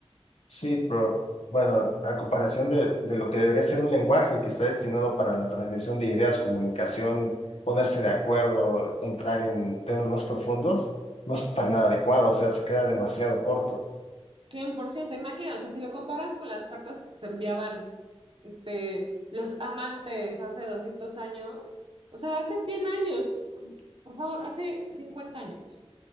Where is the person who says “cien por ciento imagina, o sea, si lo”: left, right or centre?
Right